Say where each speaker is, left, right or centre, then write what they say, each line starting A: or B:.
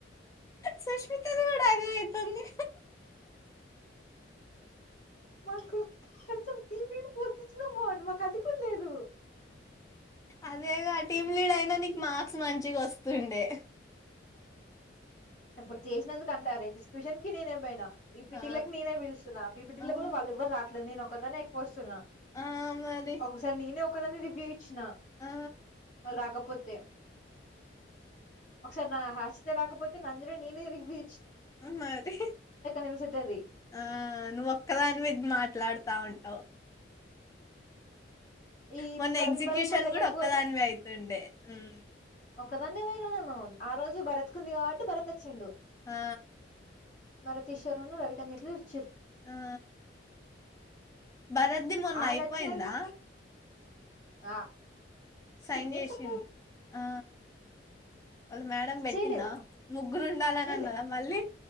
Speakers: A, on the left (about 15°); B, on the left (about 40°).
A: సుష్మితది కూడా అదే అయితుంది
B: మాకు కొంచెం టీం లీడర్ పోస్ట్ ఇచ్చిన బావుండు మాకు అది కూడా లేదు
A: అదే గా టీమ్ లీడ్ అయినా నీకు మార్క్స్ మంచిగా వస్తుండే
B: ఇప్పుడు చేసినందుకు అంటారై ఎగ్జిక్యూషన్ కి నేనే పోయినా బీటిలకు
A: ఆ,
B: నేనే పిలుస్తున్నా బీపిటిల
A: ఆ.
B: కూడా వాళ్ళేవ్వరు రావట్లే నేనో క్ ఒక్కదాన్నే ఎక్కువ వస్తున్నా
A: ఆ మరి
B: ఒక సారీ నీనే ఒక్కదావ్వి వచ్చిన
A: ఆ
B: వాళ్ళు రాకపోతే ఒకసారి నా హస్తే రాకపోతే నంద్రే నేనే రివ్వి
A: మరి
B: నిలిసేటది
A: ఆ నువ్వు ఒక్కదావి మీ మాట్లాడుతా ఉంట
B: ఈ
A: మొన్న
B: ప్రవీణ్
A: ఎగ్జిక్యూషన్
B: బాలు సార్ దగ్గరకి
A: కూడా ఒక్కదానివే అయితుండే హ్మ్
B: ఒక్కదన్నే పోయిరానా ఆ రోజు భరత్ కి ఉంది కాబట్టి భరత్ వచ్చిండు
A: ఆ
B: మరి తీశోర్ న్ను రవికంత్ ఎట్ల రా
A: ఆ భరద్ది మొన్న
B: వాళ్ళు
A: అయిపోయిందా
B: వచ్చినందుకు ఆ
A: సైన్
B: సిగ్నేచర్
A: చేసిన్ ఆ ఒక మేడం పెట్టిందా
B: చేయలేదు
A: ముగ్గురు ఉండాలని
B: చేయలే
A: అన్నదా మళ్ళీ